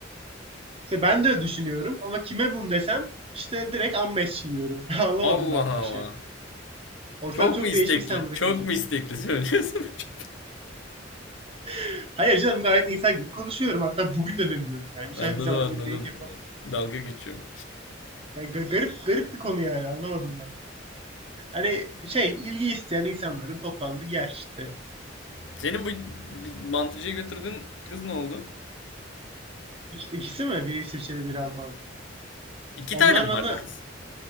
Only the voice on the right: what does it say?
İşte ben de düşünüyorum ama kime bunu desem işte direkt ammeş yiyorum. <laughs> Anlamadım
ben bu
işi. Ortam
çok
değişmiş sen bırakalım.
<laughs> Hayır canım gayet insan gibi konuşuyorum. Hatta bugün de demiyorum yani. Müsait
bir zamanda
bir date yapalım.
Yani ga- garip garip bir konu yani anlamadım ben. Hani şey ilgi isteyen insanların toplandığı yer işte.
İk- İkisi mi? Biri İsviçreli biri Alman.
Onlar
bana